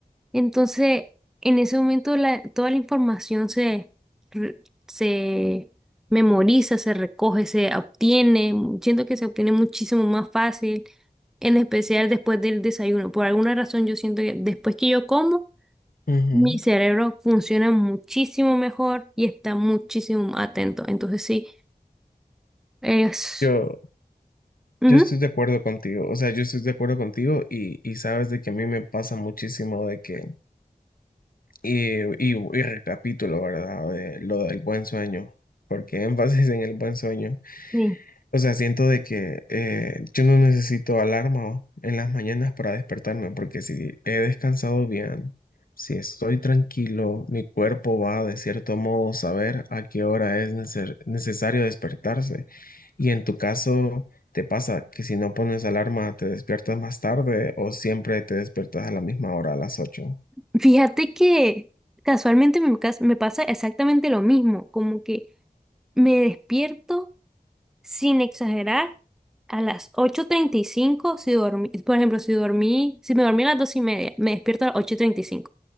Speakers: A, in the centre; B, on the left.
A: Entonces, en ese momento la- toda la información se, re- se memoriza, se recoge, se obtiene. Siento que se obtiene muchísimo más fácil, en especial después del desayuno. Por alguna razón, yo siento que después que yo como,
B: Ujú.
A: mi cerebro funciona muchísimo mejor y está muchísimo más atento. Entonces sí, es...
B: Yo,
A: ujú,
B: yo estoy de acuerdo contigo, o sea, yo estoy de acuerdo contigo y, y sabes de que a mí me pasa muchísimo de que, y, y, y recapitulo, ¿verdad? De lo del buen sueño, porque <laughs> énfasis en el buen sueño.
A: sí.
B: O sea, siento de que eh, yo no necesito alarma en las mañanas para despertarme, porque si he descansado bien, si estoy tranquilo, mi cuerpo va de cierto modo a saber a qué hora es necer- necesario despertarse. Y en tu caso, ¿te pasa que si no pones alarma te despiertas más tarde o siempre te despiertas a la misma hora, a las ocho.
A: Fíjate que casualmente me, cas- me pasa exactamente lo mismo, como que me despierto sin exagerar a las ocho treinta y cinco si dormí, por ejemplo, si dormí, si me dormí a las 2 y media, me despierto a las ocho treinta y cinco